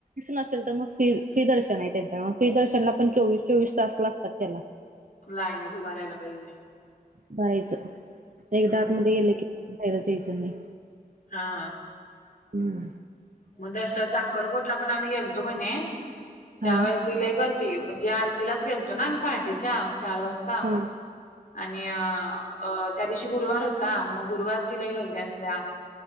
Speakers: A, on the right; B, on the left.
A: नसेल तर मग फ फ्री दर्शन आहे त्यांच्या फ्री दर्शनला पण चोवीस चोवीस तास लागतात त्याला.
B: लायनीत उभ राहायला पाहिजे.
A: भरायचं एकदा
B: हम्म
A: आतमध्येध्ये गल की बाहेरच यायचं नाही.
B: हा
A: हम्म
B: मग तस अक्कलकोट ला पण आम्ही गेलतो कणी त्यावेेळेस
A: हा हा
B: बिलय गर्दी म्हणजे आरतीलाच गेलतो ना आम्ही पहाटेच्या चार वाजता.
A: ह
B: आणि अ अ त्या दिवशी गुरुवार होता मग गुरुवारची लई गर्दी असत्या,